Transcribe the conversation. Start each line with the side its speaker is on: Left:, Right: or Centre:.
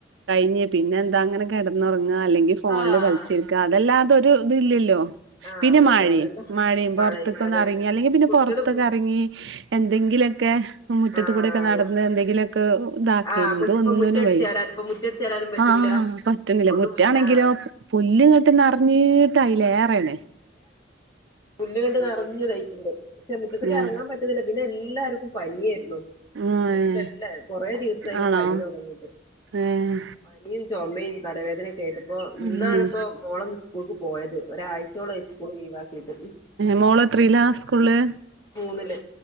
Right: കഴിഞ് പിന്നെന്താ അങ്ങനെ കെടന്നുറങ്ങാ അല്ലെങ്കി ഫോൺല്
Left: ആഹ്
Right: കളിച്ചിരിക്ക അതല്ലാതൊരു ഇത് ല്ലല്ലോ
Left: ആഹ്
Right: പിന്നെ
Left: അതന്നെ
Right: മയിം
Left: അതന്നെ
Right: മയിം
Left: മഴ
Right: പൊർ ത്ത്ക്ക് ഒന്ന്
Left: അതെ
Right: എറങ്ങി അല്ലെങ്കി പിന്നെ
Left: കുട്ടികള്
Right: പൊർത്തൊക്കെ എറങ്ങി എന്തെങ്കിലോക്കെ മുറ്റത്ത്
Left: ആഹ്
Right: കൂടെ ഒക്കെ നടന്ന് എന്തെങ്കിലോക്കെ ഇതാക്കെനി
Left: ആഹ് മുറ്റ
Right: ഇത്
Left: ഇപ്പൊ
Right: ഒന്നിനും
Left: മുറ്റടിച്ച്
Right: വയ്യ
Left: വാരാനും ഇപ്പൊ മുറ്റടിച്ച് വാരാനും പറ്റൂല
Right: ആ പറ്റ്ണില്ല
Left: ഒന്നും
Right: മുറ്റാണെങ്കിലോ
Left: ആഹ്
Right: പുല്ല് ഇങ്ങട്ട് നെർഞ്ഞീട്ടയിലെറെണ്
Left: പുല്ല് ഇങ്ങട്ട് നേർഞ്തായ്ക്ക്ണ്ട് പക്ഷേ മുറ്റത്ത്ക്ക്
Right: ഞാ
Left: എർങ്ങാൻ പറ്റുന്നില്ല പിന്നെ എല്ലാർക്കും പനിയായിരുന്നു
Right: ഏഹ്
Left: വീട്ടിലല്ല കൊറെ ദിവസായിപ്പ
Right: ആണോ
Left: പനി തൊടങ്ങിട്ട്
Right: ഏഹ്
Left: പനിം ചോമിം തലവേദന ഒക്കായിട്ട് ഇപ്പോ ഇന്നാണ്പ്പോ
Right: ഉം
Left: മോള് ഒന്ന് സ്‌ സ്കൂൾക്ക് പോയത്, ഒരാഴ്ചയോളം സ്കൂള് ലീവ് ആക്കിയിട്ട്.
Right: മോള് എത്രയിലാ സ്കൂൾല്
Left: മൂന്നില്.